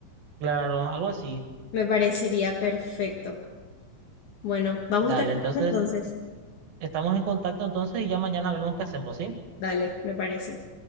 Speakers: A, on the right; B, on the left.
A: claro, algo así.
B: Me parecería perfecto. Bueno, vamos
A: Dale,
B: terminando
A: entonces
B: entonces.
A: estamos en contacto entonces y ya mañana vemos qué hacemos, ¿sí?
B: Dale, me parece.